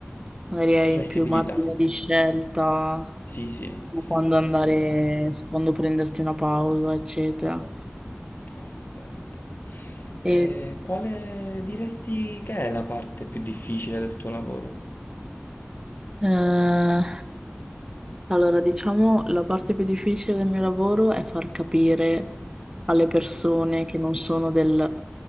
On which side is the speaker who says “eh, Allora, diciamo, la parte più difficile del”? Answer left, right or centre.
Right